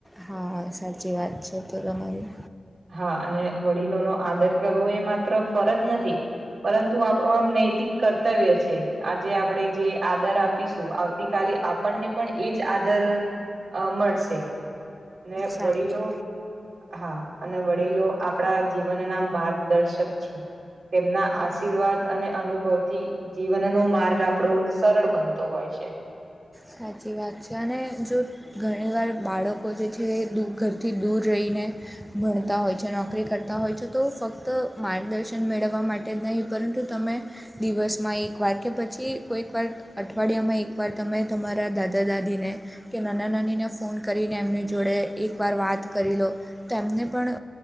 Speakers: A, in the centre; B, on the right (about 75°).
A: હા સાચી વાત છે તો તમારી
B: હા અને વડીલોનો આદર કરવો એ માત્ર ફરજ નથી. પરંતુ આપણું આમ નૈતિક કર્તવ્ય છે કે આજે જે આપણેે આદર આપીશું તે તો આવતીકાલે આપણને પણ એજ આદર અમ મળશે અને
A: સાચું
B: વડીલો હા અને વડીલો આપણા જીવનના માર્ગ દર્શક છે તેમના આશીર્વાદ અને અનુભવથી જીવનનો માર્ગ આપણો સરળ બનતો હોય છે.
A: સાચી વાત છે ને જો ઘણી વાર બાળકો જે છે એ દ ઘરથી દૂર રહીને ભણતા હોય છે અને નોકરી પણ કરતા હોય છે તો ફક્ત માર્ગદર્શન મેળવવા માટે જ નહીં પરંતુ તમે દિવસમાં એકવાર કે પછી કોઈકવાર અઠવાડિયામાં એકવાર તમે તમારા દાદા દાદીને કે નાના નાનીને ફોન કરીને એમની જોડે એકવાર વાત કરી લો તો એમને પણ